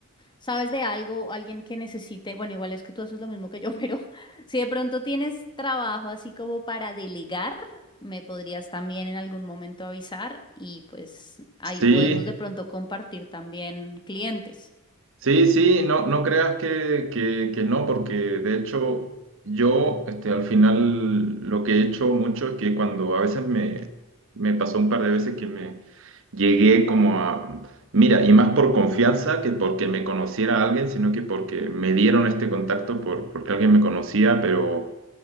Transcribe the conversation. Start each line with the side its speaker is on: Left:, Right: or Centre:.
Left: ¿Sabes de algo, alguien que necesite? Bueno, igual es que tú haces lo mismo que yo, <laughs> pero si de pronto tienes trabajo así como para delegar, me podrías también en algún momento avisar y pues ahí
Right: Sí,
Left: podemos de pronto compartir también clientes.
Right: Sí, sí, no, no creas que, que, que no, porque de hecho yo este, al final lo que he hecho mucho es que cuando a veces me, me pasó un par de veces que me llegué como a, mira, y más por confianza que porque me conociera alguien, sino que porque me dieron este contacto por, porque alguien me conocía, pero,